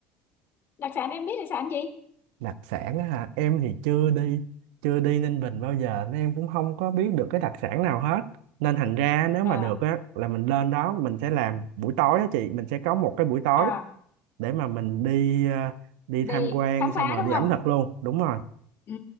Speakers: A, on the left; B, on the right.
A: đặc sản em biết đặc sản gì?
B: đặc sản á hả em thì chưa đi chưa đi Ninh Bình bao giờ nên em cũng không có biết được cái đặc sản nào hết nên thành ra nếu
A: À,
B: mà được á là mình lên đó mình sẽ làm buổi tối á chị mình sẽ có một cái buổi tối
A: à,
B: để mà mình đi ờ, đi
A: đi
B: tham quan
A: khám
B: xong
A: phá
B: rồi
A: đúng
B: đi ẩm
A: không?
B: thực luôn đúng rồi
A: Ừ,